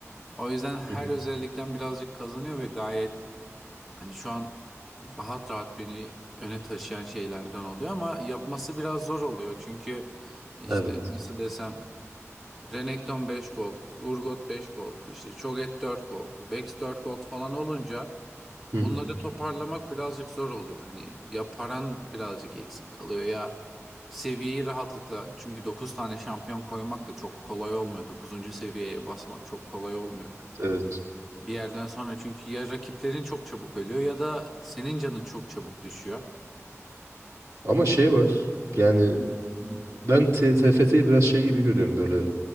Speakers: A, in the centre; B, on the right.
A: O yüzden her
B: Hı hı.
A: özellikten birazcık kazanıyor ve gayet hani şu an rahat rahat beni öne taşıyan şeylerden oluyor ama yapması biraz zor oluyor. Çünkü işte
B: Evet.
A: nasıl desem Renekton 5 gold, Urgot 5 gold, işte Cho'Gath 4 gold, Vex 4 gold falan olunca
B: Hı
A: Bunları
B: hı.
A: toparlamak birazcık zor oluyor. Hani ya paran birazcık eksik kalıyor ya seviyeyi rahatlıkla çünkü 9 tane şampiyon koymak da çok kolay olmuyor. Dokuzuncu seviyeye basmak çok kolay olmuyor.
B: Evet.
A: Bir yerden sonra çünkü ya rakiplerin çok çabuk ölüyor ya da senin canın çok çabuk düşüyor.
B: Ama şey var. Yani ben T- TFT'yi biraz şey gibi görüyorum böyle.